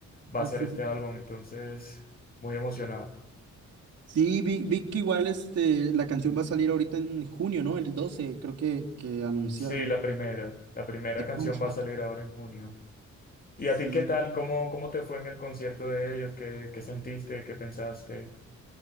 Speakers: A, on the left; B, on the right.
A: va
B: ah
A: a ser
B: sí
A: este
B: sí.
A: álbum, entonces muy emocionado.
B: Sí, vi, vi que igual este, la canción va a salir ahorita en junio, ¿no? El 12 creo que, que anunciaron.
A: Sí, la primera, la primera
B: Sí,
A: canción
B: concha.
A: va a salir ahora en junio.
B: Sí.
A: ¿Y a ti qué tal? ¿Cómo, cómo te fue en el concierto de ellos? ¿Qué, qué sentiste? ¿Qué pensaste?